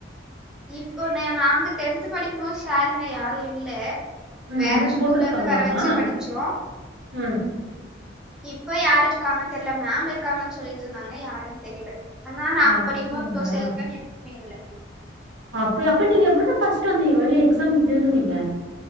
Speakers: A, in the centre; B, on the right.
A: இப்போ நே நாங்க டென்த் படிக்கும் போது சாருங்க யாரும் இல்ல
B: உம்
A: வேற
B: இப்ப
A: ஸ்கூல்ல
B: போட்ருக்காங்ளாமா
A: இருந்து வர வச்சு படிச்சோ
B: உம்
A: இப்ப யாரு இருக்காங்கன் தெரியல மேம் இருக்காங்கன் சொல்லிட்ருந்தாங்க யாருன் தெரியல அனா நாங்க
B: அப்டிங்களா
A: படிக்கும்போ சோசியல்க்குன் யாருமே இல்ல
B: அப்பயா அப்ப நீங்க எப்புடிதா படிச்ட்டு வந்திங்க வெளியே எக்ஸாம் எப்டி எழுதுனிங்க